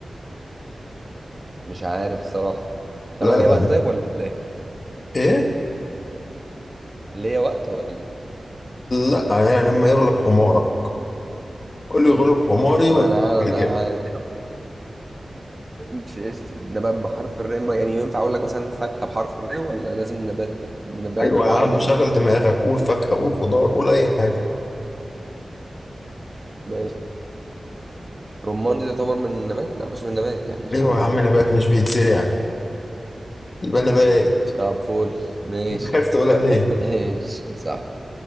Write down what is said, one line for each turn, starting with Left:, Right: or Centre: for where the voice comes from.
Right: مش عارف الصراحة طب
Left: لا
Right: أنا ليا
Left: ده
Right: وقت طيب ولا إيه؟
Left: ايه
Right: ليا وقت ولا
Left: لا يعني لما يغلب حمارك قول لي يغلب حماري
Right: ما
Left: وانا
Right: أنا
Left: أقول لك الإجابة
Right: أنا مش قشطة نبات بحرف الراء ما- يعني ينفع أقول لك مثلا فاكهة بحرف الراء ولا لازم نبات نب- نبات
Left: أيوة
Right: معين
Left: يا عم شغل دماغك قول فاكهة قول خضار قول أي حاجة
Right: ماشي رمان دي تعتبر من النبات لا مش من النبات يعني مش
Left: أيوة
Right: عارف ازاي
Left: يا عم نبات مش بيتزرع يبقى نبات
Right: طب فول ماشي
Left: خايف تقولها ليه
Right: <laughs> ماشي صح